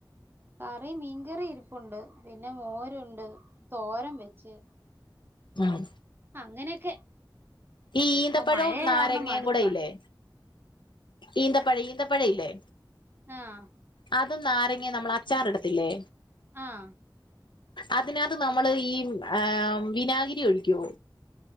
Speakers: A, on the right; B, on the left.
A: കറി മീൻകറി ഇരിപ്പുണ്ട് പിന്നെ മോരുണ്ട് തോരൻ വെച്ച്.
B: ഉം
A: അങ്ങനെയൊക്കെ.
B: ഈ ഈന്തപ്പഴവും
A: മഴ
B: നാരങ്ങയും
A: കാരണം മടുപ്പാ
B: കൂടെ ഇല്ലേ. ഈന്തപഴം ഈന്തപഴം ഇല്ലേ.
A: ആഹ്
B: അതും നാരങ്ങേ നമ്മള് അച്ചാറിടത്തില്ലേ?
A: ആഹ്‌.
B: അതിനാത്ത് നമ്മള് ഈ ഏഹ്‌ വിനാഗിരി ഒഴിക്കോ?